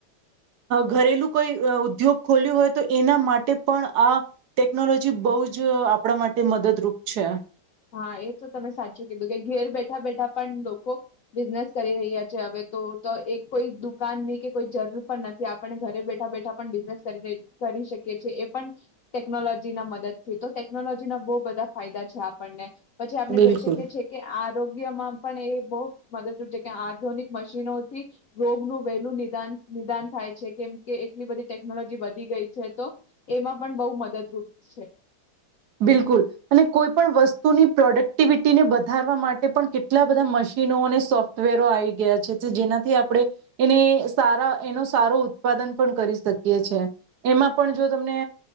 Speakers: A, on the right; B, on the left.
A: ઘરેલુ કોઈ ઉદ્યોગ ખોલ્યું હોય તો એના માટે પણ આ ટેકનોલોજી બહુ જ આપણા માટે મદદરૂપ અચ્છા
B: હા એ તો તમે સાચું કીધું કે ઘેર બેઠા બેઠા પણ લોકો બિઝનેસ કરી રહ્યા છે હવે તો તો એક કોઈ દુકાન ની કે કોઈ જરૂર પણ નથી આપને ઘરે બેઠા બેઠા પણ બિઝનેસ કરી કરી શકી એ પણ ટેકનોલોજી ના મદદ તો ટેકનોલોજી ના બહુ બધા ફાયદા છે આપ આપણને પછી આપણે
A: બિલકુલ.
B: જોઈ શકીએ છીએ કે આ આરોગ્યમાં પણ એ બહુ મદદરૂપ છે કે આધુનિક મશીનોથી રોગનું વહેલું નિદાન નિદાન થાય છે કેમ કે એટલી બધી ટેકનોલોજી વધી ગઈ છે તો એમાં પણ બહુ મદદરૂપ છે
A: બિલકુલ અને કોઈ પણ વસ્તુની પ્રોડક્ટિવિટીને વધારવા માટે પણ કેટલા બધા મશીનો અને સોફ્ટવેરો આવી ગયા છે જેનાથી આપણે એને સારા એનો સારો ઉત્પાદન પણ કરી શકીએ છે એમાં પણ જો તમને